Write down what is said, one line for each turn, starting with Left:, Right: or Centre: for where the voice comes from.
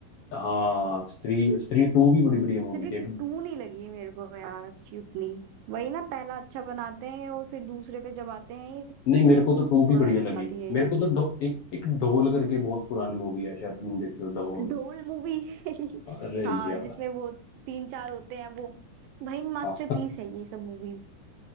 Left: हाँ स्त्री स्त्री टू भी बड़ी बढ़िया मूवी
Right: स्त्री
Left: थी एक
Right: टू नहीं लगी मेरे को यार अच्छी उतनी वही ना पहला अच्छा बनाते हैं और फिर दूसरे पे जब आते हैं ये
Left: नहीं
Right: तो
Left: मेरे को तो टू
Right: थोड़ा
Left: भी बढ़िया
Right: गिराती
Left: लगी
Right: है
Left: मेरे
Right: इनकी
Left: को तो ढो, एक एक ढोल करके बहुत पुरानी मूवी है शायद तुमने देखी हो ढोल
Right: ढोल मूवी <laughs>
Left: अरे
Right: हाँ
Left: यार
Right: जिसमें वो तीन चार होते हैं वो भाई मास्टरपीस
Left: <laughs> हाँ
Right: है ये सब मूवीज